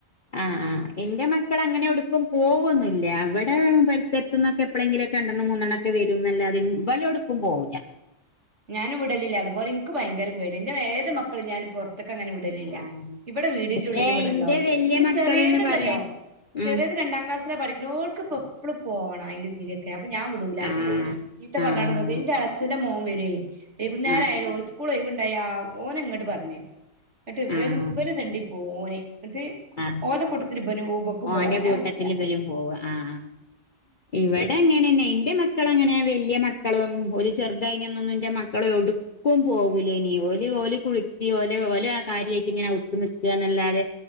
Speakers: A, on the left (about 35°); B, on the right (about 45°).
A: ആ ആ ഇന്റെ മക്കൾ അങ്ങനെ എ പോകന്നില്ല അവിടെ പരിസരത്ത്ന് നിന്നൊക്കെ എപ്പോഴെങ്കിലൊക്കെ രണ്ടെണ്ണം മൂണ്ണാക്കെ വരും ന്നല്ലാതെ എടുക്കും പോകുല്ല.
B: ഞാന് വിടലില്ല അതുപോലെനിക്ക് ഭയങ്കര പേടയ ഇന്റെ ഏത് മക്കളും ഞാൻ പുറ ഇതൊക്കെ അങ്ങനെ വിടലില്ല
A: ആഹ്
B: ഇവിടെ വീടിറ
A: പക്ഷേ
B: ന്റെ ഉള്ളിൽ ഇവിടെണ്ടാവും
A: ഇന്റെ വല്യ
B: ഇപ്പൊ
A: മക്കള്ന്ന്
B: ചെറിയതുണ്ടല്ലോ
A: പറയാൻ
B: ചെറിയരു
A: ഉം
B: രണ്ടാം ക്ലാസില പഠിക്ക ഓക്ക് ഇപ്പോൊ എപ്പഴും പോകണം അതിലെ ഇതിയിലൊക്കെ അപ്പൊ ഞാൻ വിടൂല
A: ആഹ്
B: ചീത്ത പറഞ്ഞോട
A: ആഹ്
B: ന എന്റെ എളച്ചന്റെ മോൻ വരോയ് വൈകുന്നേരം
A: ആഹ്
B: ആയാലോ സ്കൂളൊഴ്വ്ണ്ടായ ഓനെ ഇങ്ങോട്ട് പറഞ്ഞേക്കും നിട്ട്
A: ആഹ്
B: ഇവര് തെണ്ടിപ്പോ ഓനെ എന്നിട്ട്
A: ആഹ്
B: ഓരക്കൂട്ടത്തിൽ ഇപ ക്കും
A: ഓന്റെ
B: പോവണ
A: കൂട്ടത്തില്
B: ഞാൻ വിടൂല
A: ഇബലും പോവ ആഹ് ഇവിടെ അങ്ങനെന്നെ എന്റെ മക്കള അങ്ങനെ വലിയ മക്കളും ഒരു ചെറുതായിതിനൊന്നൊന്നും ഇന്റെ മക്കള എവ്ട്ക്കും പോകൂലേനീ ഓലി ഓലി കുളിപ്പി ഓലെ ഓലെ ആ കാര്യമായിട്ടി ഇങ്ങനെ അവ്ത്ത് നിൽകന്നല്ലാതെ